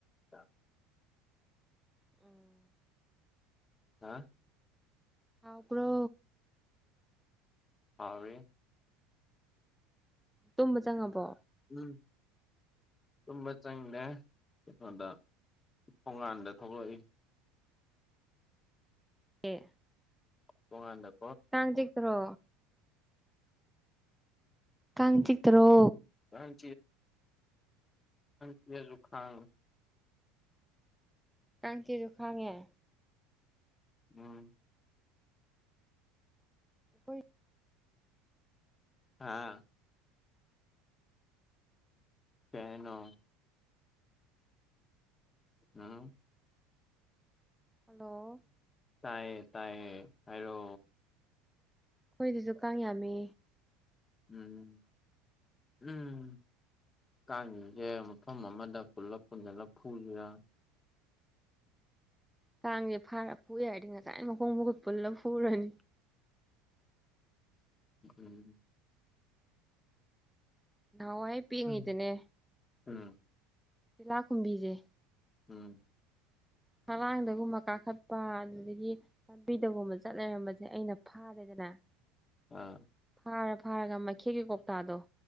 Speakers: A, on the left; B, in the centre.
A: ꯑ
B: ꯎꯝ
A: ꯍꯥ
B: ꯑ꯭ꯔꯣ
A: ꯍꯦ
B: ꯇꯨꯝꯕ ꯆꯪꯉꯕꯣ
A: ꯎ ꯇꯕ ꯆꯪꯗꯦ ꯀꯩꯅꯣꯗ ꯊꯣꯡꯉꯥꯟꯗ ꯊꯣꯛꯂꯛꯏ
B: ꯑꯦ
A: ꯄꯣꯡꯉꯥꯟꯗ
B: ꯇꯥꯡ ꯆꯛꯇ꯭ꯔꯣ ꯀꯪ ꯆꯤ ꯇꯔꯣ
A: ꯆ ꯍ ꯆꯖꯨꯈꯥꯡ
B: ꯀꯥꯡ ꯀꯦꯁꯨ ꯈꯥꯡꯉꯦ
A: ꯎꯝ
B: ꯍꯣꯏ
A: ꯑꯥ ꯀꯦꯩꯅꯣ ꯑꯥ
B: ꯍꯜꯂꯣ
A: ꯇꯥꯏꯌꯦ ꯇꯥꯏꯌꯦ ꯍꯥꯏꯔꯣ
B: ꯑꯩꯈꯣꯏꯗꯨꯁꯨ ꯀꯥꯡ ꯌꯥꯝꯃꯤ
A: ꯎꯝ ꯎꯝ ꯀꯥꯡꯁꯦ ꯃꯐꯝ ꯑꯃꯗ ꯄꯨꯂꯞ ꯄꯨꯟꯁꯤꯜꯂ ꯐꯨꯁꯤꯔꯥ
B: ꯀꯥꯡꯁꯦ ꯐꯥꯔ ꯐꯨꯏꯦ ꯍꯥꯏꯔꯗꯤ ꯉꯁꯥꯏꯅ ꯃꯈꯣꯡ ꯃꯈꯨꯠ ꯄꯨꯜꯂ ꯐꯨꯔꯅꯤ
A: ꯎꯝ
B: ꯅꯍꯥꯟꯋꯥꯏ ꯄꯦꯡꯉꯤꯗꯅꯦ
A: ꯎꯝ ꯎꯝ
B: ꯇꯤꯂꯥꯈꯨꯝꯕꯤꯁꯦ
A: ꯎꯝ
B: ꯍꯂꯥꯡꯗꯒꯨꯝꯕ ꯀꯥꯈꯠꯄ ꯑꯗꯨꯗꯒꯤ ꯂꯝꯥꯟꯕꯤꯗꯒꯨꯝꯕ ꯆꯠ ꯂꯩꯔꯝꯕꯁꯦ ꯑꯩꯅ ꯐꯥꯔꯦꯗꯅ ꯑ
A: ꯑꯝ
B: ꯐꯥꯔ ꯐꯥꯔꯒ ꯃꯩꯈꯦꯒꯤ ꯀꯧꯇꯥꯗꯣ